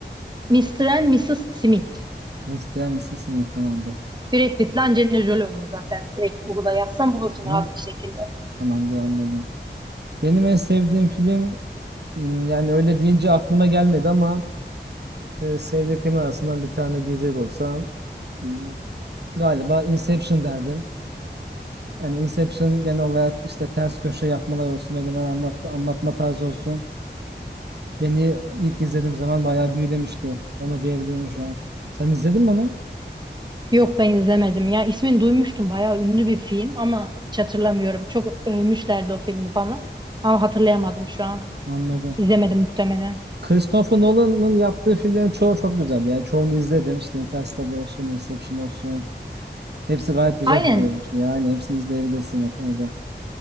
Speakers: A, on the right; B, on the right.
A: Mr. and Mrs. Smith.
B: Besleyen mi Sesimi tamamdır.
A: Brad Pitt'le Angelina Jolie oynuyor zaten. Direkt Google'a yazsan bulursun
B: Hı?
A: rahat bir şekilde.
B: Tamamdır anladım. Benim en sevdiğim film m, yani öyle deyince aklıma gelmedi ama e, sevdiklerim arasından bir tane diyecek olsam m, galiba Inception derdim. Yani Inception genel olarak işte ters köşe yapmalar olsun ve genel anlat anlatma tarzı olsun. Beni ilk izlediğim zaman bayağı büyülemişti. Onu diyebilirim şu an. Sen izledin mi onu?
A: Yok ben izlemedim. Ya ismini duymuştum. Bayağı ünlü bir film ama hiç hatırlamıyorum. Çok övmüşlerdi o filmi bana. Ama hatırlayamadım şu an.
B: Anladım.
A: İzlemedim muhtemelen.
B: Christopher Nolan'ın yaptığı filmlerin çoğu çok güzel. Yani çoğunu izledim. İşte Interstellar olsun, Inception olsun. Hepsi gayet güzel
A: Aynen.
B: filmler benim için. Yani hepsini izleyebilirsin o konuda.